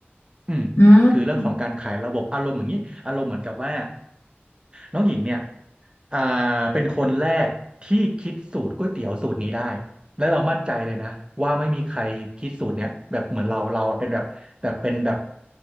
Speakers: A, on the left; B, on the right.
A: <laughs>
B: อืมคือเรื่องของการขายระบบอารมณ์อย่างนี้อารมณ์เหมือนกับว่า
A: อืม
B: น้องหญิงเนี่ยอ่าเป็นคนแรกที่คิดสูตรก๋วยเตี๋ยวสูตรนี้ได้และเรามั่นใจเลยนะว่าไม่มีใครคิดสูตรเนี้ยแบบเหมือนเราเราอะเป็นแบบแบบเป็นแบบ